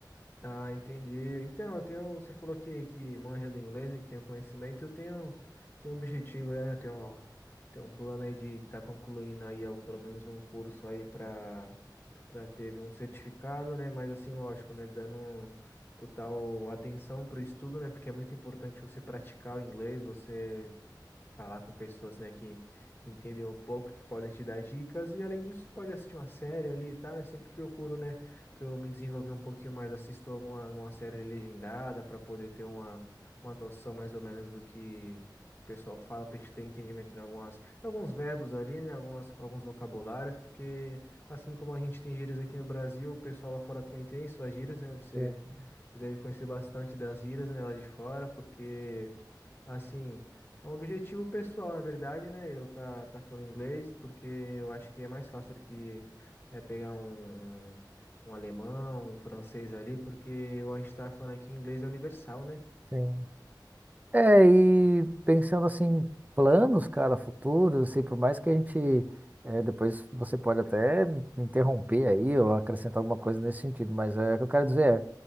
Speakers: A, on the left; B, on the right.
A: Ah, entendi. Então, eu tenho, você falou que, que manja do inglês, né, que tem o conhecimento, eu tenho, tenho um objetivo aí, né, eu tenho, tenho um plano aí de estar concluindo aí ao- pelo menos um curso aí para para ter um certificado, né, mas assim, lógico, né, dando um total atenção para o estudo, né, porque é muito importante você praticar o inglês, você falar com pessoas, né, que, que entendem um pouco, que podem te dar dicas, e além disso, você pode assistir uma série ali e tal. Eu sempre procuro, né, para eu me desenvolver um pouquinho mais, assisto alguma, alguma série legendada para poder ter uma, uma noção mais ou menos do que o pessoal fala, para gente ter entendimento em algumas, em alguns verbos ali, né, algumas, alguns vocabulários, porque assim como a gente tem gírias aqui no Brasil, o pessoal lá fora também tem suas gírias, né, você.
B: Sim,
A: Você deve conhecer bastante das gírias, né, lá de fora, porque Assim, é um objetivo pessoal, na verdade, né? Eu tá, tá falando inglês porque eu acho que é mais fácil do que é, pegar um, um, um alemão, um francês ali, porque eu acho que tá falando aqui o inglês é universal, né?
B: sim. É, e pensando assim, em planos, cara, futuros, assim, por mais que a gente, é, depois você pode até me interromper aí ou acrescentar alguma coisa nesse sentido, mas é, o que eu quero dizer